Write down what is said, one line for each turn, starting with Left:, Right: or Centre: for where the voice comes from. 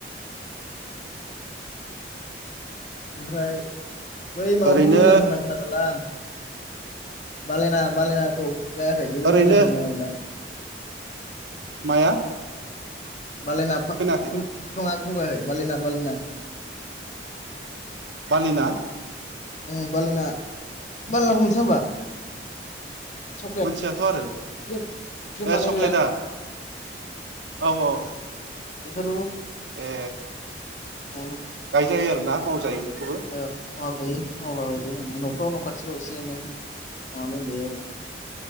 Left: ओमफ्राय बै
Right: ओरैनो
Left: माबाखौबो मोजां होनना खोनादोलां बालायना बालायनाखौ। लायाखै? बेबो
Right: ओरैनो
Left: मोजां थारनो आबदा।
Right: माया?
Left: बालायना फा
Right: खोनायाखै
Left: खो फिफाङा <unintelligible> बालिना बालिना।
Right: बालिना?
Left: उम बालिना बालिनाखौ मोनथिया होमबा? चक्लेट
Right: मोनथियाथ' आरो
Left: क्रिम क्रिम
Right: ए
Left: बानायग्राया
Right: चक्लेटआ औ औ।
Left: <unintelligible>
Right: ए
Left: गायनो।
Right: गायजायो आरोना? मावजायो। बेखौबो
Left: औ। माव जायो मावलाबाय जायो न'फ्राव न' खाथिफ्राव एसे एनै माबानानै दोनजायो आरो।